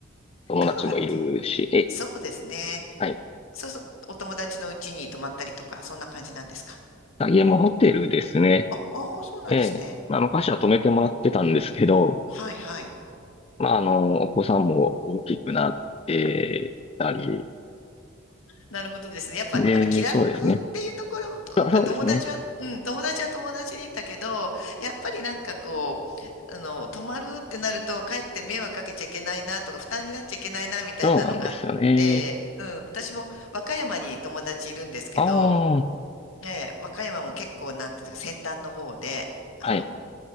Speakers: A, on the left; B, on the left.
A: 友達もいるし、
B: 香川って、
A: ええ、
B: そうですね。
A: はい。
B: そうそう、お友達の家に泊まったりとか、そんな感じなんですか。
A: あ、家もホテルですね。
B: あ、ああ、そうなんですね。
A: ええ。まあ、昔は泊めてもらってたんですけど、
B: はい、はい。
A: まあ、あの、お子さんも大きくなってたり、
B: なるほどですね。やっぱり、
A: で、
B: あの、気楽っていうところも、
A: そうですね。
B: となんか友達は、
A: あそうですね。
B: うん、友達は友達でいいんだけど、やっぱりなんかこう、あの、泊まるってなると、かえって迷惑かけちゃいけないなとか、負担になっちゃいけないなみたいなのがあって、
A: そうなんですよね。
B: うん、私も和歌山に友達いるんですけど、
A: ああ、
B: ええ、和歌山も結構、なんていうのか、先端の方で、あの、
A: はい。